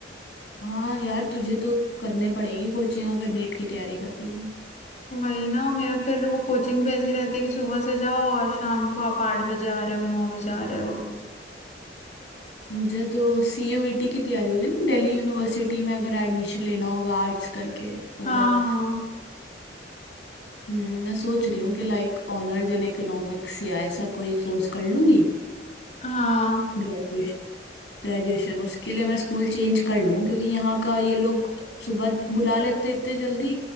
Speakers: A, on the left (about 80°); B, on the left (about 40°).
A: हाँ यार तुझे तो करने पड़ेगी कोचिंग अगर नीट की तैयारी कर रही है
B: वही ना मेरा फिर वो कोचिंग भी ऐसी रहती है कि सुबह से जाओ और शाम को आप आठ बजे आ रहे हो नौ बजे आ रहे हो
A: मुझे तो सीयूईटी की तैयारी होगी ना दिल्ली यूनिवर्सिटी में अगर एडमिशन लेना होगा आर्ट्स करके अगर
B: हाँ
A: हम्म, मैं सोच रही हूँ कि लाइक ऑनर्स इन इकोनॉमिक्स या ऐसा कोई कोर्स कर लूंगी
B: हाँ
A: ग्रेजुएशन ग्रेजुएशन उसके लिए मैं स्कूल चेंज कर लूं क्योंकि यहाँ का ये लोग सुबह बुला लेते इतने जल्दी